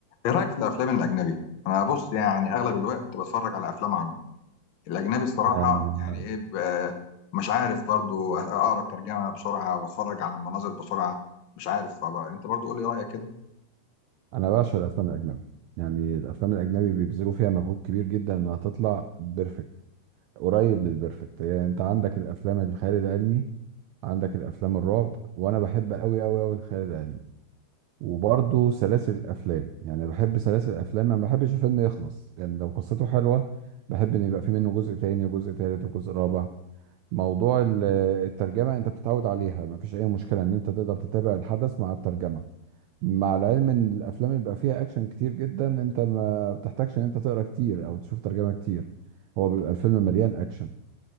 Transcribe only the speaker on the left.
ايه رايك في الافلام الاجنبي انا بص يعني اغلب الوقت بتفرج على افلام عربي الاجنبي الصراحه
يعني ايه بيبقى مش عارف برضو اقرا الترجمه بسرعه واتفرج على المناظر بسرعه مش عارف بقى. انت برضو قول لي رايك كده